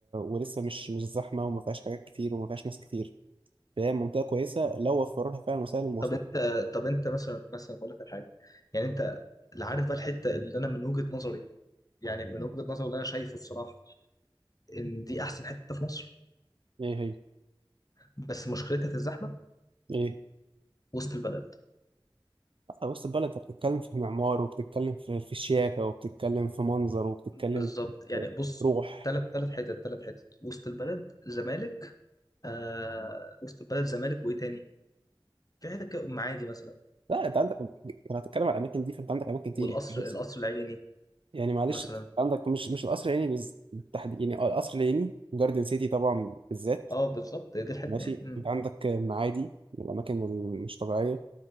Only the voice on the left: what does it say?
طب انت طب انت مثلا مثلا هقول لك على حاجه يعني انت اللي عارف بقى الحته اللي انا من وجهه نظري يعني من وجهه نظري اللي انا شايفه الصراحه ان دي احسن حته في مصر
بس مشكلتها في الزحمه
وسط البلد
بالظبط يعني
بص
ثلاث ثلاث حتت ثلاث حتت وسط البلد زمالك آه وسط البلد زمالك وايه تاني في حتة كده أم عادي مثلا
والقصر
القصر العيني
مثلا
اه بالظبط دي الحتة
يعني مم.